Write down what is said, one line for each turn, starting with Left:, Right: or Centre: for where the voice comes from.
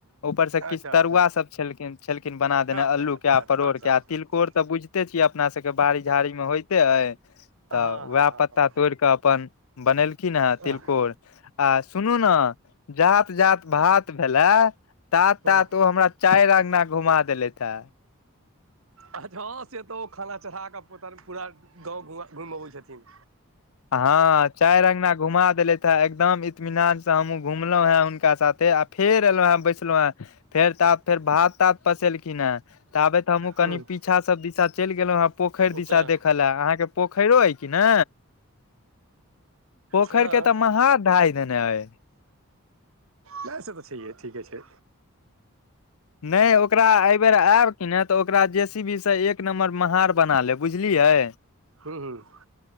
Left: ऊपर सं किछ
Right: अच्छा
Left: तरुआ
Right: अच्छा
Left: सब छलखिन, छलखिन बना देने
Right: अच्छा
Left: अल्लूके
Right: अच्छा
Left: आ परोड़के
Right: अच्छा
Left: आ
Right: अच्छा
Left: तिलकोर त बुझिते छियै, अपना सबके बाड़ी झाड़ीमे होइते ऐ। त
Right: हँ हँ
Left: वैह
Right: हँ
Left: पत्ता
Right: हँ
Left: तोरिक अपन बनेल कि न है
Right: हँ
Left: तिलकोर आ सुनू न जात जात भात भेलै तात
Right: हँ
Left: तात ओ हमरा चारि अंगना घुमा देलैथ है।
Right: आछ हॅं से त ओ खाना चढ़ाकऽ पूतर पूरा गाँव घुमा घुमि अबै छथिन।
Left: हँ चारि अंगना घुमा देलैथ ए एकदम इतमिनान से हमहूँ घुमलहु हैं हुनका साथे आ फेर एलौं हैं बैसलौं हैं, फेर ताब फेर भात तात पसेलखिन हैं ताबैत हमहूँ कनी
Right: हूँ
Left: पीछा सब दिशा चलि गेलहुँ हैं पोखरि
Right: अच्छा
Left: दिशा देखय लए अहाँके पोखैरो अइ कि ने पोखरि
Right: हँ
Left: के तऽ महार ढाहि देने अइ।
Right: नहि से तऽ छैहे, ठीके छै।
Left: नहि ओकरा अयबेर ऐब कि ने तऽ ओकरा जेसीबी स एक नम्बर महार बना लेब। बुझलियै।
Right: हूँ हूँ